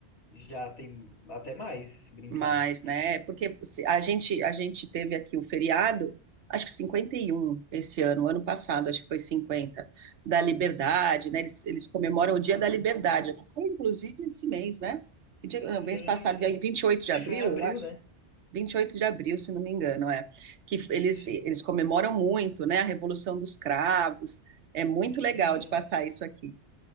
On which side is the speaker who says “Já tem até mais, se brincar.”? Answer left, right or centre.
Left